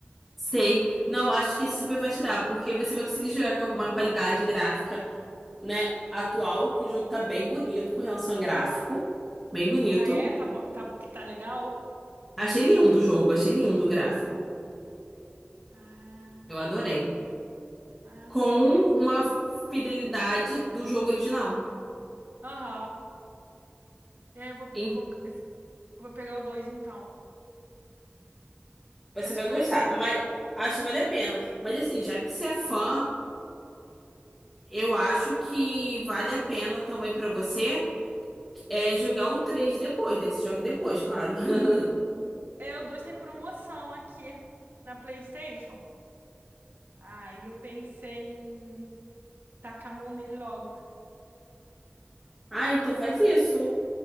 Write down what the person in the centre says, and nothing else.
Sei. Não, acho que esse super vai te dar, porque você vai conseguir jogar com alguma qualidade gráfica. né, atual, que o jogo tá bem bonito com relação a gráfico. Bem bonito.
Achei lindo o jogo, achei lindo o gráfico.
Eu adorei.
Com
uma fidelidade do jogo original.
E
você
vai
gostar,
mas
acho que vale a pena. Mas assim, já que você é fã, eu acho que vale a pena também pra você é jogar o 3 depois, né? Você joga depois, claro. <laughs>
Ah, então faz isso.